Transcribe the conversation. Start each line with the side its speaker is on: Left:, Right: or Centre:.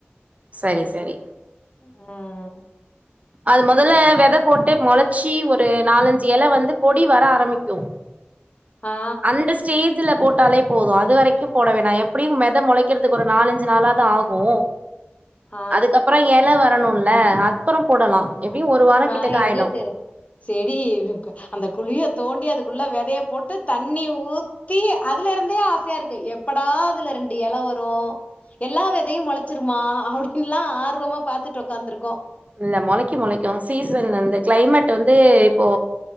Right: சரி சரி
Left: அ
Right: அது மொதல்ல வெத போட்டு மொளச்சி ஒரு நாலஞ்சு எலவந்து கொடி வர ஆரம்பிக்கு
Left: ஆ
Right: அந்த ஸ்டேஜ்லப் போட்டாலே போது அது வரைக்கு போட வேணா எப்டியு வெத மொளைக்றதுக்கு ஒரு நாலஞ்சு நாளாது ஆகு
Left: ஆ
Right: அதுக்கப்றோ எல வரணுல அப்பறம் போடலா எப்டியு ஒரு வாரோ
Left: ஆ
Right: கிட்டக்க
Left: எங்களுக்கு
Right: ஆயிடு
Left: செடி அந்த குழிய தோண்டி அதுக்குள்ள வெதய போட்டு தண்ணி ஊத் தி அதுல இருந்தே ஆசயா இருக்கு எப்படா அதுல ரெண்டு எல வரு எல்லா வெதையு மொளச்சிருமா அப்டின்லா ஆர்வமா பாத்துட்டு ஒக்காந்துருக்கோ
Right: இல்ல மொளைக்கு மொளைக்கு சீசன் இந்த கிளைமேட் வந்து இப்போ